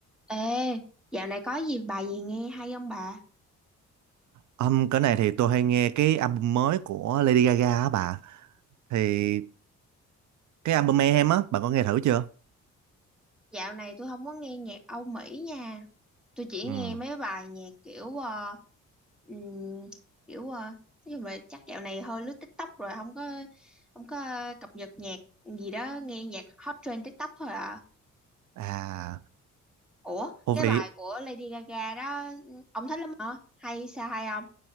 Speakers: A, in the centre; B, on the right.
A: Ê, dạo này có gì bài gì nghe hay không bà?
B: Âm cái này thì tôi hay nghe cái album mới của Lady Gaga á bà. Thì cái album Mayhem á, bà có nghe thử chưa?
A: Dạo này tôi không có nghe nhạc Âu Mỹ nha. Tôi chỉ
B: Ừ.
A: nghe mấy bài nhạc kiểu ờ, ừm, kiểu ờ, nói chung là chắc dạo này hơi lướt TikTok rồi không có không có cập nhật nhạc gì đó, nghe nhạc hot trend TikTok thôi à.
B: À,
A: Ủa,
B: ô
A: cái
B: vị
A: bài của Lady Gaga đó ông thích lắm hả? Hay sao hay không?